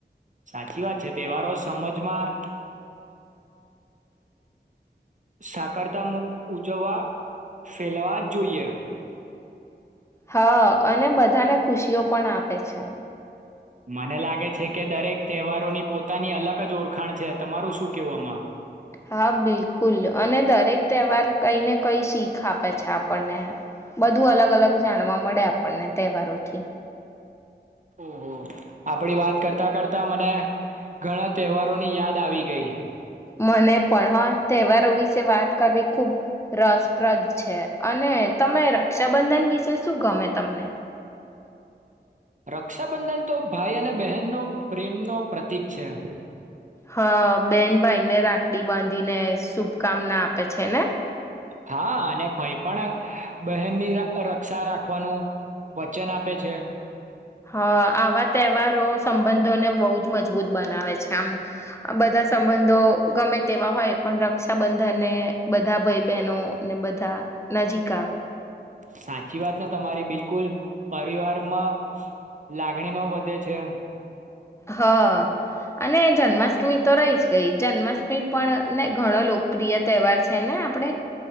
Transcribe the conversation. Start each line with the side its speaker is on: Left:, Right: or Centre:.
Right: સાચી વાત છે તહેવારો સમજમાં સાકારતા મુખ ઉજવવા ફેલાવા જોઈએ
Left: હા અને બધાને ખુશીઓ પણ આપે છે
Right: મને લાગે છે કે દરેક તહેવારોની પોતાની અલગ જ ઓરખાણ છે તમારું શું કેવું આમાં
Left: હા બિલકુલ અને દરેક તહેવાર કઈ ને કઈ શીખ આપે છે આપણને બધું અલગ અલગ જાણવા મળે આપણને તહેવારોથી
Right: ઓહ આપડી વાત કરતા કરતા મને ઘણા તહેવારોની યાદ આવી ગઈ
Left: મને પણ હા તહેવારો વિશે વાત કરવી ખુબ રસપ્રદ છે અને તમે રક્ષાબંધન વિશે શું ગમે તમને
Right: રક્ષાબંધન તો ભાઈ અને બહેનનો પ્રેમનો પ્રતીક છે
Left: હા બેન ભાઈ ને રાખડી બાંધે ને શુભકામના આપે છે છે ને
Right: હા અને ભાઈ પણ બહેનની રક્ષા રાખવાનું વચન આપે છે
Left: હ આવા તહેવારો સંબંધોને બહુ જ મજબૂત બનાવે છે આમ બધા સંબંધો ગમે તેવા હોય પણ રક્ષાબંધનને બધા ભાઈ બહેનો ને બધા નજીક આવે
Right: સાચી વાત તમારી બિલકુલ પરિવારમાં લાગણી ન વધે છે
Left: હા અને જન્માષ્ટમી તો રહી જ ગઈ જન્માષ્ટમી પણ ને ઘણો લોકપ્રિય તહેવાર છે ને આપણે